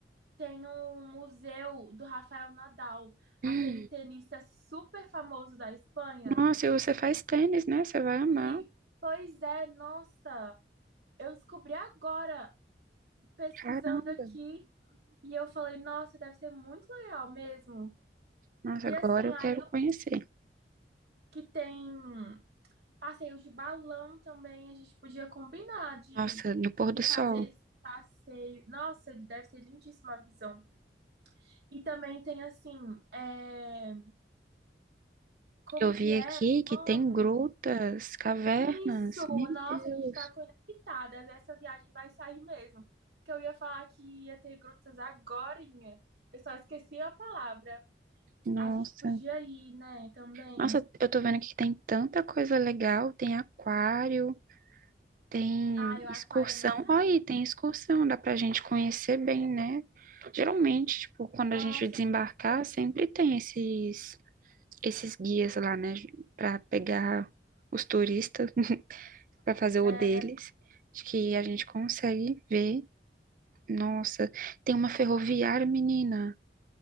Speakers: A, on the right; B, on the right.
A: tem um museu do Rafael Nadal,
B: Hum.
A: aquele tenista super famoso da Espanha.
B: Nossa, e você faz tênis, né? Você vai amar.
A: E, pois é, nossa, eu descobri agora, pesquisando
B: Caramba.
A: aqui, e eu falei, nossa, deve ser muito legal mesmo.
B: Nossa,
A: E
B: agora
A: assim,
B: eu
A: aí
B: quero
A: eu
B: conhecer.
A: que tem passeios de balão também, a gente podia combinar de,
B: Nossa, no pôr
A: de
B: do sol.
A: fazer esse passeio. Nossa, deve ser lindíssima a visão. E também tem assim, é, como
B: Eu
A: que
B: vi
A: é?
B: aqui
A: o
B: que tem
A: nome?
B: grutas, cavernas.
A: Isso,
B: Meu
A: nossa,
B: Deus.
A: a gente está conectadas. Essa viagem vai sair mesmo. Porque eu ia falar que ia ter grutas agorinha. Eu só esqueci a palavra.
B: Nossa.
A: A gente podia ir, né? Também.
B: Nossa, eu tô vendo aqui que tem tanta coisa legal. Tem aquário, tem
A: Ah, eu
B: excursão.
A: aquário eu não sabia.
B: Olha aí, tem excursão. Dá pra gente conhecer bem, né? Geralmente, tipo, quando
A: Nossa,
B: a gente desembarcar,
A: perfeito.
B: sempre tem esses, esses guias lá, né? Pra pegar os turistas, <laughs> pra fazer o
A: É,
B: deles. Acho que a gente consegue ver. Nossa, tem uma ferroviária, menina.